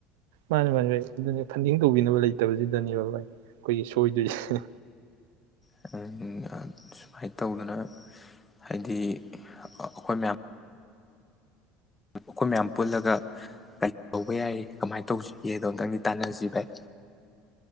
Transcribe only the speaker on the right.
ꯃꯥꯅꯤ ꯃꯥꯅꯤ ꯚꯥꯏ ꯑꯗꯨꯅꯤ ꯐꯟꯗꯤꯡ ꯇꯧꯕꯤꯅꯕ ꯂꯩꯇꯕꯁꯤꯗꯅꯦꯕ ꯚꯥꯏ꯫ ꯑꯩꯈꯣꯏꯒꯤ ꯁꯣꯏꯗꯣꯏꯁꯦ꯫